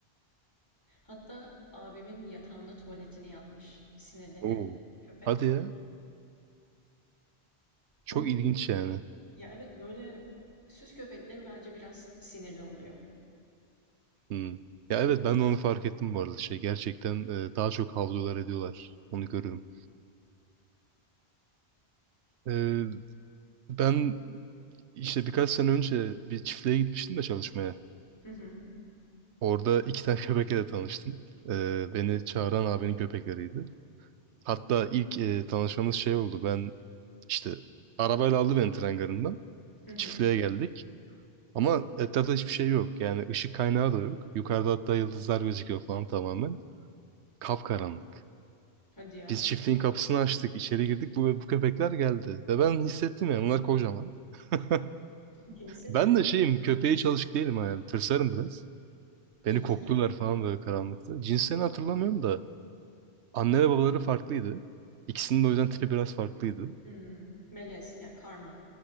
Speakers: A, on the left; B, on the right.
A: Hatta abimin yatağında tuvaletini yapmış sinirlenip
B: Oo.
A: köpek.
B: Hadi ya. Çok
A: O,
B: ilginç yani.
A: ya evet böyle süs köpekleri bence biraz sinirli oluyor.
B: Hmm. Ya evet ben de onu fark ettim bu arada. Şey gerçekten e, daha çok havlular ediyorlar. Onu görüyorum. Ee, ben işte birkaç sene önce bir çiftliğe gitmiştim de çalışmaya.
A: Hı hı
B: Orada iki tane <laughs> köpekle de tanıştım. Ee, beni çağıran abinin köpekleriydi. Hatta ilk e, tanışmamız şey oldu. Ben işte arabayla aldı beni tren garından.
A: hı hı.
B: Çiftliğe geldik. Ama etrafta hiçbir şey yok. Yani ışık kaynağı da yok. Yukarıda hatta yıldızlar gözüküyor falan tamamen. Kapkaranlık.
A: Hadi ya.
B: Biz çiftliğin kapısını açtık. içeri girdik. Bu, bu köpekler geldi. Ve ben hissettim ya bunlar kocaman. <laughs>
A: Cinsi
B: Ben
A: ne?
B: de şeyim köpeğe çalışık değilim yani. Tırsarım biraz.
A: Cinsi
B: Beni kokluyorlar falan böyle karanlıkta. Cinslerini hatırlamıyorum da. Anne ve babaları farklıydı. İkisinin de o yüzden tipi biraz farklıydı.
A: Hımm, melez, ya, karma.